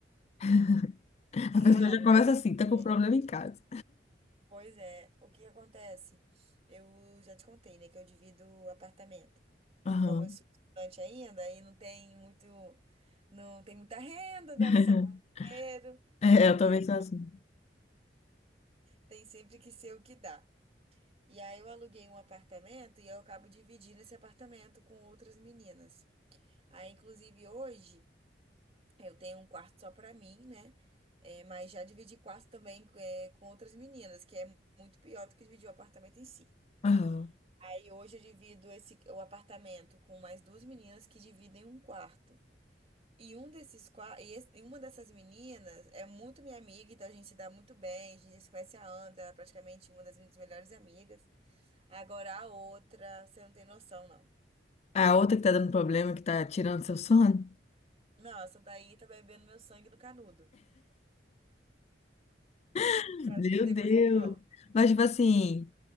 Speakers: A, on the left; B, on the right.
A: <laughs>
B: Cara,
A: A pessoa já começa assim, tá
B: é,
A: com problema em casa.
B: pois é, o que acontece? Eu já te contei, né, que eu divido apartamento.
A: Aham.
B: Como eu sou estudante ainda, aí não tem muito, não tem muita renda, dando
A: <laughs>
B: só para muito dinheiro.
A: É, eu também
B: Em-
A: sou assim.
B: Tem sempre que ser o que dá. E aí eu aluguei um apartamento e eu acabo dividindo esse apartamento com outras meninas. Aí, inclusive, hoje. Eu tenho um quarto só pra mim, né? É, mas já dividi quarto também é, com outras meninas, que é muito pior do que dividir o apartamento em si.
A: Aham.
B: Aí hoje eu divido esse, o apartamento com mais duas meninas que dividem um quarto. E um desses qua- e, esse- e uma dessas meninas é muito minha amiga, então a gente se dá muito bem, a gente já se conhece há anos, ela é praticamente uma das minhas melhores amigas. Agora a outra, você não tem noção, não.
A: A outra que tá dando problema, que tá tirando seu sono.
B: Não, essa daí tá bebendo meu sangue no canudo,
A: <laughs>
B: pra
A: Meu
B: não dizer
A: Deus.
B: coisa pior.
A: Mas, tipo assim,